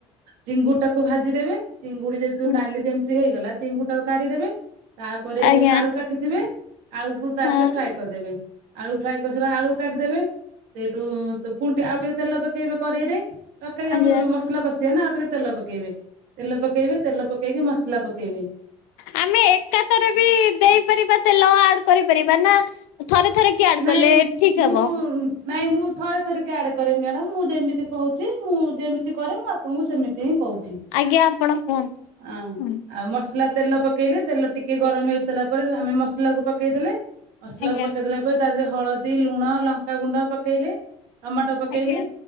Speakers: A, on the right; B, on the left.
A: ଚିଙ୍ଗୁଡ଼ି ଟାକୁ ଭାଜିଦେବେ। ଚିଙ୍ଗୁଡ଼ିରେ
B: ହୁଁ।
A: ଯୋଉ ନାଲି ଯେମିତି ହେଇଗଲା ଚିଙ୍ଗୁଡ଼ିଟାକୁ କଢ଼ିଦେବେ। ତାପରେ
B: ଆଜ୍ଞା
A: ଆଳୁ କାଟିଥିବେ ଆଳୁକୁ ତାପରେ
B: ହଁ
A: ଫ୍ରାଏ କରିଦେବେ। ଆଳୁ ଫ୍ରାଏ କରିସାରିଲା ଆଳୁ କାଢ଼ିଦେବେ ସେଇଠୁ ତ ଫୁଣ୍ ଟି ଆଉ ଟିକେ ତେଲ ପକେଇବେ କରେଇ। ରେ ତରକାରୀ
B: ଆଜ୍ଞା।
A: ଆମେ ମସଲା କଷିବା ନା ଆଉ ଟିକେ ତେଲ ପକେଇବେ ତେଲ ପକେଇବେ ତେଲ ପକେଇକି ମସଲା ପକେଇବେ।
B: ଆମେ ଏକାଥରେ ବି ଦେଇପାରିବା ତେଲ ଆଡ୍ କରିପାରିବା ନା ଥରେ ଥରେ କି ଆଡ୍
A: ନାଇଁ
B: କଲେ ଠିକ୍‌
A: ମୁଁ
B: ହବ।
A: ନାଇଁ ମୁଁ ଥରେ ଥରେ କିି ଆଡ୍ କରେ ମ୍ୟାଡ଼ାମ ମୁଁ ଯେମିତି କହୁଛି। ମୁଁ ଯେମିତି କରେ ମୁଁ ଆପଣଙ୍କୁ ସେମିତି ହିଁ କହୁଛି।
B: ଆଜ୍ଞା ଆପଣ କୁହନ୍ତୁ।
A: ହଁ
B: ହୁଁ
A: ଆଉ ମସଲା? ତେଲ ପକେଇଲେ ତେଲ ଟିକେ ଗରମ ହେଇସାରିଲା ପରେ ଆମେ ମସଲାକୁ ପକେଇଦେଲେ ମସଲାକୁ
B: ଆଜ୍ଞା
A: ପକେଇଦେଲା ପରେ ତା ଦେହରେ ହଳଦୀ ଲୁଣ ଲଙ୍କାଗୁଣ୍ଡ ପକେଇଲେ ଟମାଟୋ ପକେଇଲେ।
B: ଆଜ୍ଞା